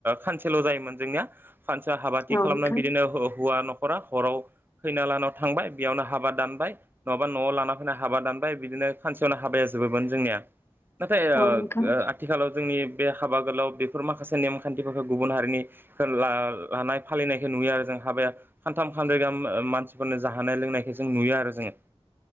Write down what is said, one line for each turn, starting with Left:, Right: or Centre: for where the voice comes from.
Right: खानसेल' जायोमोन जोंनिया फानसेया हाबाथि
Left: औ
Right: खालामनानै
Left: नोंथां
Right: बिदिनो ह हौवा न'खरा हराव खैना लानाव थांबाय बेयावनो हाबा दानबाय नङाबा न'आव लाना फैना हाबा दानबाय ओमफ्राय बिदिनो खानसेयावनो हाबाया जोबोमोन जोंनिया नाथाय ओ
Left: औ नोंथां
Right: आथिखालाव जोंनि बे हाबा गोलाव बेफोर माखासे नेमखान्थिफोरखौ गुबुन हारिनिखौ लानाय फालिनायखौ नुयो आरो जों हाबाया सानथाम खानब्रै गाहाम मानसिफोरनो जाहोनानाय लोंनायखौ जों नुयो आरो जोङो